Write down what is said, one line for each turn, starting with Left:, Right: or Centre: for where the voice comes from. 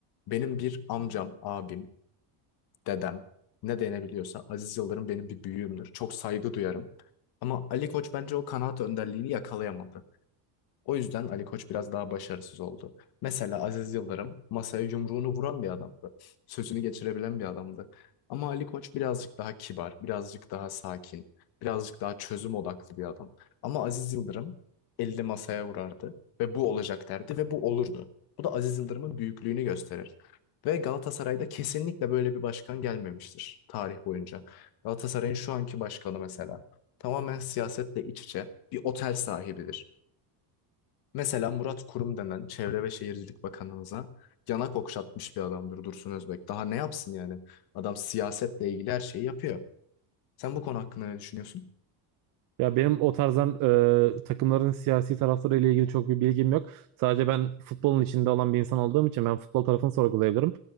Left: Benim bir amcam, abim, dedem ne denebiliyorsa Aziz Yıldırım benim bir büyüğümdür. Çok saygı duyarım. Ama Ali Koç bence o kanaat önderliğini yakalayamadı. O yüzden Ali Koç biraz daha başarısız oldu. Mesela Aziz Yıldırım masaya yumruğunu vuran bir adamdı. Sözünü geçirebilen bir adamdı. Ama Ali Koç birazcık daha kibar, birazcık daha sakin, birazcık daha çözüm odaklı bir adam. Ama Aziz Yıldırım elde masaya vurardı ve bu olacak derdi ve bu olurdu. Bu da Aziz Yıldırım'ın büyüklüğünü gösterir. Ve Galatasaray'da kesinlikle böyle bir başkan gelmemiştir tarih boyunca. Galatasaray'ın şu anki başkanı mesela tamamen siyasetle iç içe bir otel sahibidir. Mesela Murat Kurum denen Çevre ve Şehircilik Bakanımıza yanak okşatmış bir adamdır Dursun Özbek. Daha ne yapsın yani? Adam siyasetle ilgili her şeyi yapıyor. Sen bu konu hakkında ne düşünüyorsun?
Right: Ya benim o tarzdan e, takımların siyasi taraftarı ile ilgili çok bir bilgim yok. Sadece ben futbolun içinde olan bir insan olduğum için ben futbol tarafını sorgulayabilirim.